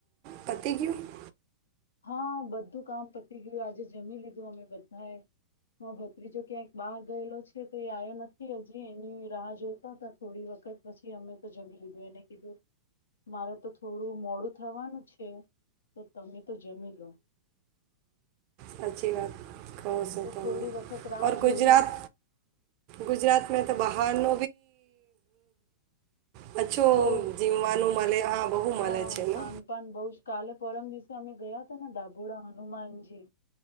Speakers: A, on the right (about 40°); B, on the left (about 85°).
A: પતિ. <unintelligible>
B: હા બધું કામ પતી ગયું આજે જમી લીધું અમે બધાએ ભત્રીજો ક્યાંક બહાર ગયેલો છે, તો એ આવ્યો નથી હજી એની રાહ જોતા હતા થોડી વખત પછી અમે તો જમી લીધું એને કીધું મારે તો થોડું મોડું થવાનું છે, તો તમે. તો જમી લો.
A: સાચી વાત. <unintelligible>
B: એટલે થોડી વખત રાહ
A: ગુજરાત
B: જોવી
A: ગુજરાત મે તો બહાર ન. <unintelligible>
B: બહુ
A: જીવવાનું. <unintelligible>
B: હા
A: છે
B: ખાનપાન
A: ને
B: બહુ જ કલે. પરમ દિવસે અમે ગયા હતા ને ડાભોળ હનુમાનજી.